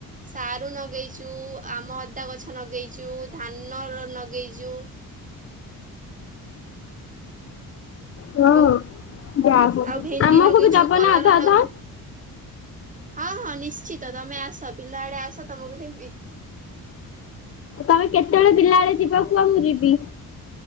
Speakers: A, on the right; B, on the left.
A: ସାରୁ ନଗେଇଚୁ଼ ଆମ ଅଦା ଗଛ ନଗେଇଚୁ ଧାନର ନଗେଇଚୁ
B: ହଁ।
A: ଭଉ
B: ଯା ହଉ
A: ଆଉ ଭେଣ୍ଡି
B: ଆମକୁ
A: ଲଗେଇଛୁ
B: ବି ଦବ
A: କଲରା
B: ନା ଅଧା
A: ଲଗା
B: ଅଧା?
A: ହଁ ହଁ ନିଶ୍ଚିତ। ତମେ ଆସ ବିଲ ଆଡେ ଆସ ତମକୁ ଦେଁବି।
B: ଆମେ କେତେବେଳେ ବିଲ ଆଡେ ଯିବ କୁହ ମୁଁ ଯିବି।